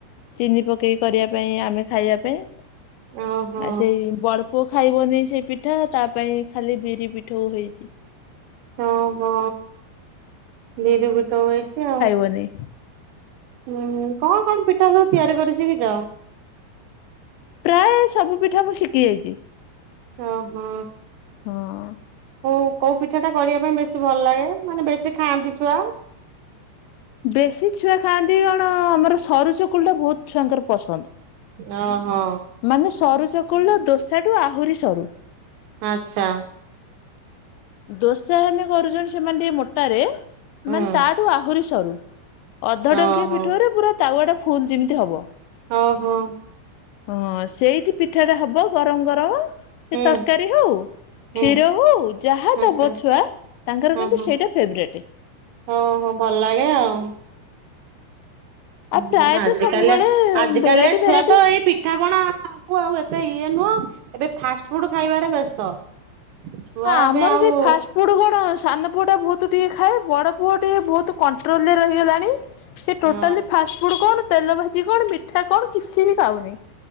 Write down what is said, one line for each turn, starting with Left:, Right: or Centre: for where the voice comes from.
Left: ଚିନି ପକେଇକି କରିବା ପାଇଁ, ଆମେ ଖାଇବା ପାଇଁ।
Right: ଓହୋ
Left: ଆଉ ସେଇ ବଡପୁଅ ଖାଇବନି ସେଇ ପିଠା, ତା ପାଇଁ ଖାଲି ବିରି ପିଠା। ପିଠୋଉ ହେଇଚି।
Right: ଓହୋ, ବିରି ପିଠଉ ହେଇଚି ଆଉ।
Left: ବନି
Right: ହୁଁ, କଣ କଣ ପିଠା ସବୁ ତିଆରି କରି ସିକିଛ?
Left: ପ୍ରାୟ ସବୁ ପିଠା ମୁଁ ଶିଖି ଯାଇଛି।
Right: ଓହୋ।
Left: ହଁ
Right: ହଉ, କୋଉ ପିଠା ଟା କରିବା ପାଇଁ ବେଶୀ ଭଲ ଲାଗେ, ମାନେ ବେଶୀ ଖାଆନ୍ତି ଛୁଆ?
Left: ବେଶୀ ଛୁଆ ଖାଆନ୍ତି କଣ, ଆମର ସରୁ ଚକୁଳି ଟା ବହୁତ ଛୁଆଙ୍କର ପସନ୍ଦ।
Right: ଓହୋ।
Left: ମାନେ ସରୁ ଚକୁଳି ଟା, ଦୋସାଠୁ ଆହୁରି ସରୁ।
Right: ଆଛା।
Left: ଦୋସାହେନେ କରୁଛନ୍ତି ସେମାନେ ଟିକେ ମୋଟାରେ,
Right: ହୁଁ
Left: ମାନେ ତାଠୁ ଆହୁରି ସରୁ। ଅଧ
Right: ଓହୋ
Left: ଡ଼ଙ୍କିଏ ପିଠଉରେ ପୁରା ତାୱା ଟା ଫୁଲ ଯେମିତି ହବ।
Right: ଓହୋ।
Left: ହଁ, ସେଇଠି ପିଠାଟା ହବ ଗରମ ଗରମ, ସେ
Right: ହୁଁ
Left: ତରକାରୀ ହଉ
Right: ହୁଁ
Left: କ୍ଷୀର ହଉ, ଯାହା ଦବ
Right: ଆଚ୍ଛା
Left: ଛୁଆ, ତାଙ୍କର
Right: ହଁ
Left: କିନ୍ତୁ
Right: ହଁ
Left: ସେଇଟା ଫେବରାଇଟ। <inaudible>
Right: ହଁ ହଁ ଭଲ ଲାଗେ ଆଉ।
Left: ଆଉ
Right: ହୁଁ,
Left: ପ୍ରାୟତଃ
Right: ଆଜିକାଲିଆ,
Left: ସବୁବେଳେ
Right: ଆଜି
Left: ଭେରାଇଟି
Right: କାଲିଆ ଛୁଆ
Left: ଭେରାଇଟି
Right: ତ ଏଇ ପି ପିଠାପଣା କୁ ଆଉ ଏତେ ଇଏ ନୁହଁ ଏବେ ଫାଷ୍ଟ ଫୁଡ ଖାଇବାରେ ବ୍ୟସ୍ତ। ଛୁଆ
Left: ହଁ, ଆମର
Right: ଏବେ ଆଉ
Left: ଏଠି ଫାଷ୍ଟ ପୁଅଟୁ କଣ ସାନ ପୁଅଟା ବହୁତ ଟିକେ ଖାଏ, ବଡ଼ ପୁଅ ଟିକେ ବହୁତ କଣ୍ଟ୍ରୋଲରେ ରହିଗଲାଣି। ସେ ଟୋଟାଲି
Right: ଅ
Left: ଫାଷ୍ଟ ଫୁଡ କଣ, ତେଲ ଭାଜି କଣ, ମିଠା କଣ, କିଛି ବି ଖାଉନି।